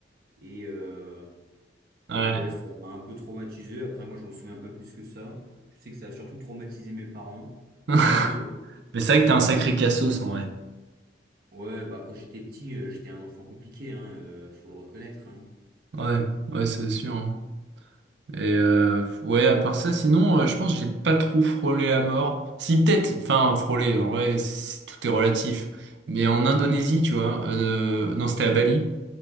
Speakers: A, on the right; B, on the right.
A: Et, euh,
B: Ouais.
A: Donc ouais, ça m'a un peu traumatisé. Après, moi, je m'en souviens pas plus que ça. Je sais que ça a surtout traumatisé mes parents.
B: <laughs>
A: Mais euh,
B: Mais c'est vrai que t'as un sacré cassos, en vrai.
A: ouais, bah quand j'étais petit, euh, j'étais un enfant compliqué, hein, euh, faut le reconnaître, hein.
B: Ouais, ouais, c'est sûr. hein. Et euh, ouais, à part ça, sinon, euh, je pense que j'ai pas trop frôlé à mort. Si peut-être, enfin frôlé, en vrai, c'est- tout est relatif. Mais en Indonésie, tu vois, euh, non, c'était à Bali.